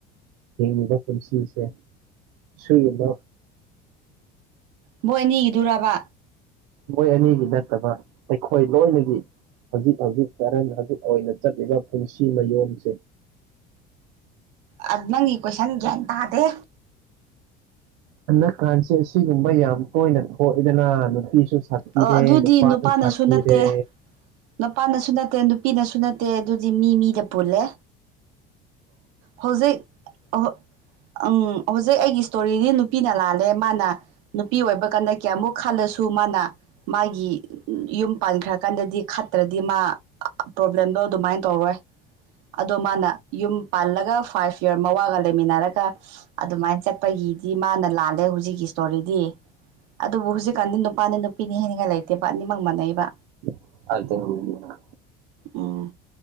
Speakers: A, on the right; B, on the right.
A: ꯍꯤꯡꯉꯤꯕ ꯄꯨꯟꯁꯤꯁꯦ ꯁꯨꯗ
B: ꯃꯣꯏ ꯑꯅꯤꯒꯤꯗꯨꯔꯕ
A: ꯃꯣꯏ ꯑꯅꯤꯒꯤ ꯅꯠꯇꯕ ꯑꯩꯈꯣꯏ ꯂꯣꯏꯅꯒꯤ꯫ ꯍꯧꯖꯤꯛ -ꯍꯧꯖꯤꯛ ꯀꯔꯦꯟ ꯍꯧꯖꯤꯛ ꯑꯣꯏꯅ ꯆꯠꯂꯤꯕ ꯄꯨꯟꯁꯤ ꯃꯌꯣꯝꯁꯦ꯫
B: ꯑꯥꯥ ꯅꯪꯒꯤ ꯀꯣꯏꯁꯟ ꯒ꯭ꯌꯥꯟ ꯇꯥꯗꯦ!
A: ꯍꯟꯗꯛꯀꯥꯟꯁꯦ ꯑꯁꯤꯒꯨꯝꯕ ꯌꯥꯝ ꯇꯣꯏꯅ ꯊꯣꯛꯏꯗꯅ ꯅꯨꯄꯤꯁꯨ ꯁꯊꯤꯔꯦ
B: ꯑꯗꯨꯗꯤ
A: ꯅꯨꯄꯥꯥꯁꯨ
B: ꯅꯨꯄꯥꯅꯁꯨ
A: ꯁꯊꯤꯔꯦ꯫
B: ꯅꯠꯇꯦ ꯅꯨꯄꯥꯅꯁꯨ ꯅꯠꯇꯦ ꯅꯨꯄꯤꯅꯁꯨ ꯅꯠꯇꯦ ꯑꯗꯨꯗꯤ ꯃꯤ ꯃꯤꯗ ꯄꯨꯜꯂꯦ꯫ ꯍꯧꯖꯤꯛ ꯑꯥꯍꯣ ꯑꯪ ꯍꯧꯖꯤꯛ ꯑꯩꯒꯤ ꯏꯁꯇꯣꯔꯤꯗꯤ ꯅꯨ ꯅꯨꯄꯤꯅ ꯂꯥꯜꯂꯦ ꯃꯥꯅ ꯅꯨꯄꯤ ꯑꯣꯏꯕ ꯀꯥꯟꯗ ꯀꯌꯥꯃꯨꯛ ꯈꯜꯂꯁꯨ ꯃꯥꯅ ꯃꯥꯒꯤ ꯌꯨꯝ ꯄꯥꯟꯈ꯭ꯔꯀꯥꯟꯗꯗꯤ ꯈꯠꯇ꯭ꯔꯗꯤ ꯃꯥ ꯄ꯭ꯔꯣꯕ꯭ꯂꯦꯝꯗꯣ ꯑꯗꯨꯃꯥꯏꯅ ꯇꯧꯔꯣꯏ꯫ ꯑꯗꯣ ꯃꯥꯅ ꯌꯨꯝ ꯄꯥꯜꯂꯒ ꯐꯥꯏꯚ ꯌꯔ ꯃꯋꯥꯒ ꯂꯩꯃꯤꯟꯅꯔꯒ ꯑꯗꯨꯃꯥꯏꯅ ꯆꯠꯄꯒꯤꯗꯤ ꯃꯥꯅ ꯂꯥꯜꯂꯦ ꯍꯧꯖꯤꯛꯀꯤ ꯇꯣꯔꯤꯗꯤ ꯑꯗꯨꯕꯨ ꯍꯧꯖꯤꯛꯀꯥꯟꯗꯤ ꯅꯨꯄꯥꯅꯤ ꯅꯨꯄꯤꯅꯤ ꯍꯥꯏꯅꯤꯡꯉꯥꯏ ꯂꯩꯇꯦꯕ ꯑꯅꯤꯃꯛ ꯃꯥꯟꯅꯩꯑꯕ꯫
A: <unintelligible>
B: ꯎꯝ